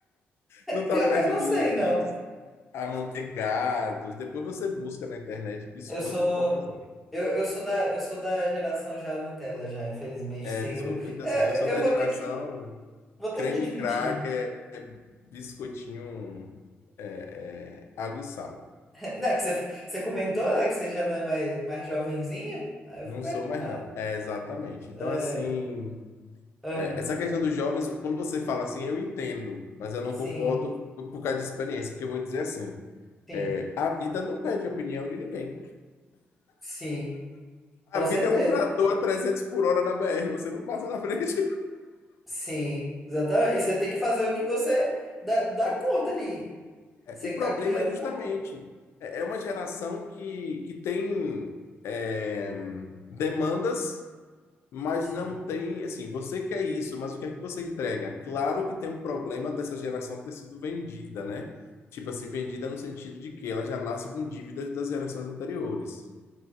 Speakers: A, on the left; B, in the centre.
A: Não está
B: Pior
A: perto
B: que eu não
A: dos,
B: sei, não.
A: dos amanteigados. Depois você busca na internet biscoito
B: Eu sou,
A: pocazói.
B: eu, eu sou da, eu sou da geração já Nutella, já, infelizmente.
A: É,
B: Sei,
A: biscoito
B: que eu,
A: então,
B: é,
A: assim. Eu sou da
B: eu vou
A: geração
B: ter que, vou ter
A: creme
B: que admitir.
A: cracker, biscoitinho, é, é, água e sal.
B: <laughs> Não, é que você, você comentou, né, que você já não é mais, mais jovenzinho? Aí eu
A: Não
B: vou perguntar.
A: sou mais, não. É, exatamente.
B: É,
A: Então, assim,
B: aham,
A: é, essa questão dos jovens, quando você fala assim, eu entendo, mas eu não
B: sim,
A: concordo por, por causa de experiência, porque eu vou dizer assim,
B: sim,
A: é, a vida não pede opinião de ninguém.
B: sim, com
A: A vida
B: certeza.
A: é um trator a 300 por hora na BR, você não passa na frente.
B: Sim, exatamente. E você tem que fazer o que você dá, dá conta ali. Você
A: O problema
B: que tá guiando
A: é justamente,
B: o trator.
A: é é uma geração que, que tem é, demandas, mas
B: Sim.
A: não tem, assim, você quer isso, mas o que é que você entrega? Claro que tem um problema dessa geração ter sido vendida, né? Tipo assim, vendida no sentido de que ela já nasce com dívidas das gerações anteriores.